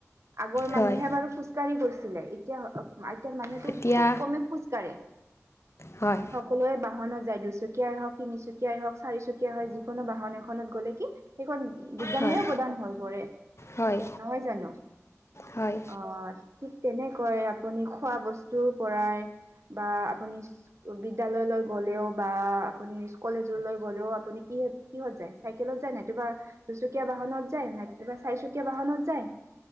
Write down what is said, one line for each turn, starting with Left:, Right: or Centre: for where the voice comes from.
Right: আগৰ মানুহে
Left: হয়
Right: বাৰু খোজকাঢ়ি গৈছিলে এতিয়া। এতিয়য়া মানুহেটো
Left: এতিয়া
Right: খুব কমে খোজ কঢ়ে।
Left: হয়
Right: সকলোৱে বাহন যায় দু। তিচুকীয়াই হওক তিনিচুকীয়াই হওক চাৰিচুকীয়াই হক যিকোনো বাহন এখনত গ'লে কি সেইখন। বিজ্ঞানৰে
Left: হয়
Right: প্ৰদান হৈ পৰে
Left: হয়
Right: নহয় জানো
Left: হয়
Right: আহ ঠিক। তেনেকৈ আপুনি খোৱা বস্তুৰ পৰাই বা আপুনি। বিদ্যয়ালয়লৈ গলেও বা আপুনি কলেজলৈ গলেও আপুনি কি কিহত যায় চেল। য নাইতোবা দুচকীয়া বাহনত যায় নাইবা চাৰিচুকীয়া বাহনত যায়।